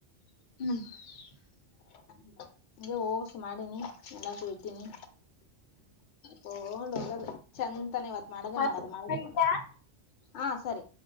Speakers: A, on the left; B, on the left.
A: <inaudible>
B: ಅೇ <unintelligible> ಹೋಸು ಮಾಡಿನಿ ಎಲ್ಲಕ್ಕೂ ಇತೀನಿ. ಹಗೊಂಡ್ ಹೋಗದು ಚಂತಾನ ಇವತ್ ಮಾಡದೇ
A: ಅರ್ಥ
B: ಮಾಡದು ಮಾಡದೇ
A: ಆಯ್ತಾ?
B: ಮಾಡದು. ಹಾ ಸರಿ.